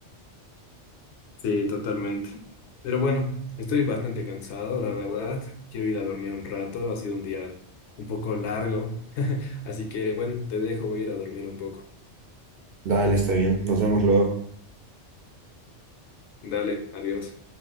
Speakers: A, on the left; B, on the right.
A: Sí, totalmente. Pero bueno, estoy bastante cansado, la verdad. Quiero ir a dormir un rato. Ha sido un día un poco largo. <laughs> Así que bueno, te dejo, voy a ir a dormir un poco.
B: Dale, está bien. Nos vemos luego.
A: Dale, adiós.